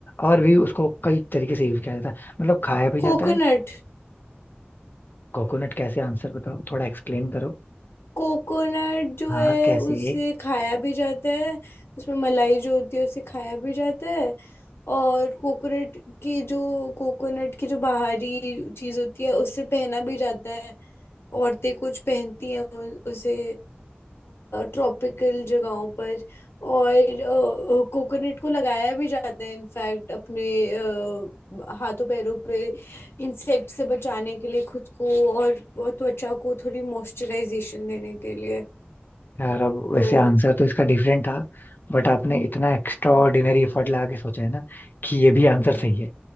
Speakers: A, on the left; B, on the left.
A: और भी उसको कई तरीके से यूज किया जाता है मतलब खाया भी जाता
B: कोकोनट
A: है कोकोनट कैसे आंसर बताओ थोड़ा एक्सप्लेन करो
B: कोकोनट जो
A: हाँ
B: है
A: कैसे
B: उसे खाया भी जाता है उसमें मलाई जो होती है उसे खाया भी जाता है और कोकोनट की जो कोकोनट की जो बाहरी चीज होती है उसे पहना भी जाता है औरतें कुछ पहनती हैं उ- उसे ट्रॉपिकल जगहों पर और कोकोनट को लगाया भी जाता है इनफैक्ट अपने अ, हाथों पैरों पे इंसेक्ट से बचाने के लिए खुद को और और त्वचा को थोड़ी मॉइस्चराइजेशन देने के लिए
A: यार अब वैसे
B: तो
A: आंसर तो इसका डिफरेंट था बट आपने इतना एक्स्ट्रा ऑर्डिनरी एफर्ट लगा के सोचा है ना कि ये भी आंसर
B: हम्म
A: सही है